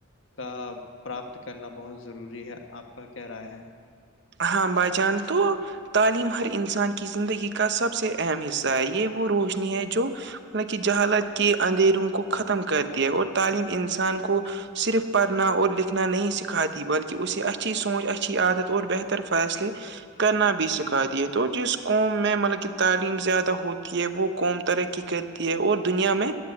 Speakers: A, on the left; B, on the right.
A: کا پراپت کرنا بہت ضروری ہے آپ کا کیا رائے ہے
B: ہاں بجان تو تعلیم ہر انسان کی زندگی کا سب سے اہم حصہ ہے یہ وہ روشنی ہے جو مطلب کہ جہالت کے اندھیروں کو ختم کرتی ہے اور تعلیم انسان کو صرف پڑھنا اور لکھنا نہیں سکھاتی بلکہ اسے اچھی سوچ اچھی عادت اور بہتر ر فیصلے کرنا بھی سکھا دیے تو جس قوم میں مطلب کہ تعلیم زیادہ ہوتی ہے وہ قوم ترقی کر ی ہے اور دنیا میں